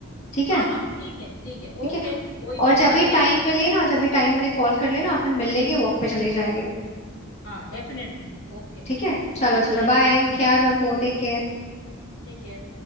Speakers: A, on the left; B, on the left.
A: ठीक है
B: हाँ हाँ ठीक है ठीक है
A: ठीक
B: ओके
A: है
B: कोई नहीं
A: और जब
B: बाय
A: भी टाइम मिले ना जब भी टाइम मिले कॉल कर लेना अपन मिल लेंगे वॉक पे चले जाएंगे
B: हाँ definitely okay
A: ठीक है चलो
B: Bye
A: चलो बाय ख्याल रखो टेक केयर
B: Take care